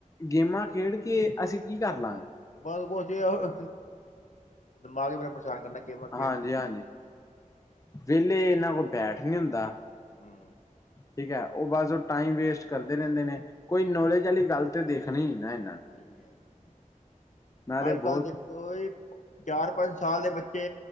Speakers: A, on the left; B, on the left.
A: ਗੇਮਾਂ ਖੇਡ ਕੇ ਅਸੀਂ ਕੀ ਕਰ ਲਾਂਗੇ।
B: ਬਸ ਕੁਛ ਨਹੀ ਹੋਰ, ਦਿਮਾਗ ਬੜਾ ਪਰੇਸ਼ਾਨ ਕਰਨਾ। ਗੇਮਾਂ ਖੇਲ
A: ਹਾਂਜੀ-ਹਾਂਜੀ,
B: ਕੇ।
A: ਵੇਲੇ ਇਹਨਾਂ ਕੋਲ ਬੈਠ ਨੀ ਹੁੰਦਾ।
B: ਹੂੰ।
A: ਠੀਕ ਹੈ, ਉਹ ਬਸ ਉਹ ਟਾਈਮ ਵੇਸਟ ਕਰਦੇ ਰਹਿੰਦੇ ਨੇ ਕੋਈ ਨੌਲੇਜ ਪਹਿਲੀ ਗੱਲ ਤੇ ਦੇਖਣੀ ਨੀ ਨਾ ਇਹਨਾਂ ਨੇ
B: ਆਏਗੀ-ਆਏਗੀ, ਆਹੀ
A: ਮੈਂ ਤੇ ਬਹੁਤ
B: ਏ ਅੱਜ-ਕੱਲ੍ਹ ਦੇਖੋ ਚਾਰ-ਪੰਜ ਸਾਲ ਦੇ ਬੱਚੇ